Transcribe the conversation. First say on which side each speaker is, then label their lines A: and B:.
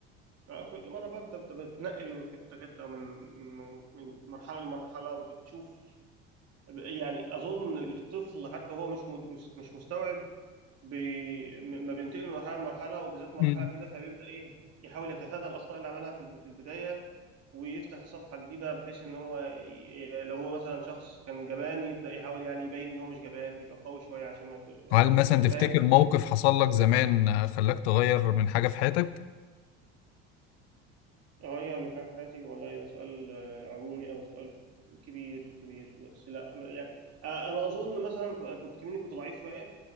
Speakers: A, on the right; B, on the left.
A: اه كل مرة بقى انت انت بتنقل من حتة لحتة ومن من من مرحلة لمرحلة بتشوف يعني اظن الطفل حتى هو مش مد- مش مش مستوعب بي م- ما بينتقل من مرحلة لمرحلة وبالذات مرحلة
B: مم.
A: جديدة فبيبدأ ايه يحاول يتفادى الاخطاء اللي عملها في ال- في البداية ويفتح صفحة جديدة بحيث ان هو ي- لو هو مثلا شخص كان جبان يبدأ يحاول يعني يبين ان هو مش جبان يبقى قوي شوية عشان ما يقدر يعني
B: هل مثلا تفتكر
A: فاهم
B: موقف حصل لك زمان آه، خلاك تغير من حاجة في حياتك؟
A: اه هي من حاجة في حياتي والله ده سؤال آه، عمومي أو سؤال كبير كبير بس لا م- يعني آه، أنا أظن مثلا ف- كنت كمني كنت ضعيف شوية